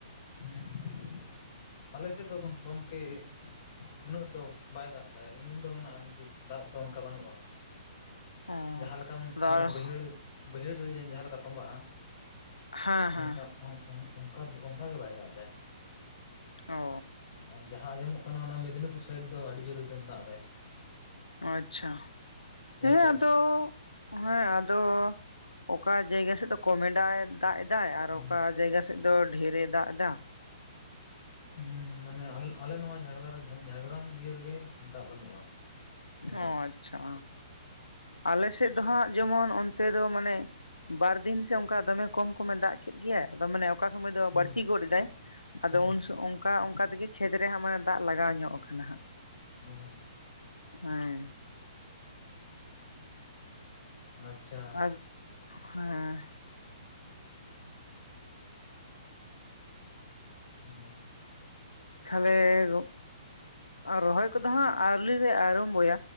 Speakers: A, on the left (about 35°); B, on the left (about 80°).
A: ᱦᱩ ᱦᱩ ᱟᱞᱮ ᱥᱮᱫ ᱫᱚ ᱜᱚ-ᱜᱚᱢᱠᱮ ᱩᱱᱟᱹᱜ ᱫᱚ ᱵᱟᱭ ᱫᱟᱜ ᱫᱟᱭ ᱨᱤᱢᱤᱞ ᱫᱚ ᱢᱮᱱᱟᱜᱼᱟ, ᱠᱤᱱᱛᱩ ᱫᱟᱜ ᱫᱚ ᱚᱱᱠᱟ ᱵᱟᱹᱱᱩᱜᱼᱟ
B: ᱚ
A: ᱡᱟᱦᱟᱸ ᱞᱮᱠᱟ
B: ᱟᱫᱚ
A: ᱢᱟᱱᱮ ᱵᱟᱹᱭᱦᱟᱹᱲ ᱵᱟᱹᱭᱦᱟᱹᱲ ᱨᱮ ᱡᱟᱦᱟᱸ ᱞᱮᱠᱟ ᱛᱚᱸᱵᱟᱜᱼᱟ
B: ᱦᱮᱸ
A: ᱚᱱᱠᱟ
B: ᱦᱮᱸ
A: ᱚ-ᱚ ᱚᱱᱠᱟ ᱚᱱᱠᱟ ᱜᱮ ᱵᱟᱭ ᱫᱟᱜ ᱫᱟᱭ
B: ᱚ
A: ᱟᱨ ᱡᱟᱦᱟᱸ ᱟᱸᱡᱚᱢᱚᱜ ᱠᱟᱱᱟ ᱚᱱᱟ ᱢᱮᱫᱽᱱᱤᱯᱩᱨ ᱥᱟᱭᱤᱰ ᱫᱚ ᱟᱹᱰᱤ ᱡᱳᱨᱮ ᱫᱟᱜ ᱫᱟᱭ
B: ᱟᱪᱪᱷᱟ ᱦᱮᱸ
A: ᱥᱟᱭᱤᱰ
B: ᱟᱫᱚ ᱦᱮᱸ ᱟᱫᱚ ᱚᱠᱟ ᱡᱟᱭᱜᱟ ᱥᱮᱫ ᱫᱚ ᱠᱚᱢᱮ ᱰᱟᱜ, ᱫᱟᱜ ᱮᱫᱟᱭ ᱟᱨ
A: ᱦᱩᱸ
B: ᱚᱠᱟ ᱡᱟᱭᱜᱟ ᱥᱮᱫ ᱥᱮᱫ ᱫᱚ ᱰᱷᱮᱨᱮ ᱫᱟᱜ ᱮᱫᱟ
A: ᱦᱩᱸ ᱢᱟᱱᱮ ᱟᱞᱮ ᱟᱞᱮ ᱱᱚᱣᱟ ᱡᱷᱟᱲᱜᱨᱟᱢ ᱡᱷᱟᱲᱜᱨᱟᱢ ᱤᱭᱟᱹ ᱨᱮᱜᱮ ᱫᱟᱜ ᱵᱟᱹᱱᱩᱜᱼᱟ ᱩᱱᱟᱹᱜ
B: ᱚ ᱟᱪᱪᱷᱟ ᱟᱞᱮ ᱥᱮᱫ ᱫᱚ ᱦᱟᱸᱜ ᱡᱮᱢᱚᱱ ᱚᱱᱛᱮ ᱫᱚ ᱢᱟᱱᱮ ᱵᱟᱨᱫᱤᱱ ᱥᱮ ᱚᱱᱠᱟ ᱫᱚᱢᱮ ᱠᱚᱢ ᱠᱚᱢᱮ ᱫᱟᱜ ᱠᱮᱫ ᱜᱮᱭᱟ ᱟᱫᱚ ᱢᱟᱱᱮ ᱚᱠᱟ ᱥᱚᱢᱚᱭ ᱫᱚ
A: ᱦᱩᱸ
B: ᱵᱟᱹᱲᱛᱤ ᱜᱚᱫ ᱮᱫᱟᱭ ᱟᱫᱚ
A: ᱦᱩᱸ
B: ᱩᱱ ᱥᱚ ᱚᱱᱠᱟ ᱚᱱᱠᱟ ᱛᱮᱜᱮ ᱠᱷᱮᱛ ᱨᱮ ᱦᱟᱸᱜ ᱢᱟᱱᱮ ᱫᱟᱜ ᱞᱟᱜᱟᱣ ᱧᱚᱜ ᱠᱟᱱᱟ
A: ᱦᱩᱸ
B: ᱦᱮᱸ ᱾
A: ᱟᱪᱪᱷᱟ
B: ᱟᱨ ᱦᱮᱸ ᱾
A: ᱦᱮᱸ
B: <unintelligible> ᱨᱚᱦᱚᱭ ᱠᱚᱫᱚ ᱦᱟᱸᱜ ᱟᱣᱨᱤ ᱞᱮ ᱟᱨᱚᱢᱵᱷ